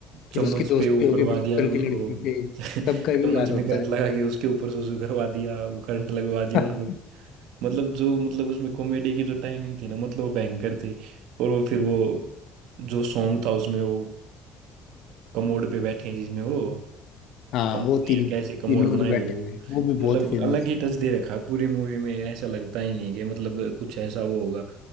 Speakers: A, on the left; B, on the right.
A: फिर
B: चम्मच
A: उसकी दोस्ती
B: पे वो
A: होगी
B: करवा
A: प्रिंसिपल
B: दिया उनको
A: की लड़की से
B: <laughs> चम्मच
A: सबका ये याद
B: में
A: होता
B: करंट
A: है
B: लगा के उसके ऊपर सुसु करवा दिया वो करंट लगवा दिया
A: <laughs>
B: उनको मतलब जो मतलब उसमें कॉमेडी की जो टाइमिंग थी ना मतलब वो भयंकर थी और वो फिर वो जो सॉन्ग था उसमें वो कमोड पे बैठे हैं जिसमें वो
A: हाँ
B: कम
A: वो तीन
B: या कैसे
A: तीनों
B: कमोड बनाए
A: जो बैठे
B: हुए हो
A: हैं वो भी
B: मतलब
A: बहुत फेमस
B: अलग ही
A: हुआ
B: टच
A: है
B: दे रखा है पूरी मूवी में ऐसा लगता ही नहीं कि मतलब कुछ ऐसा वो होगा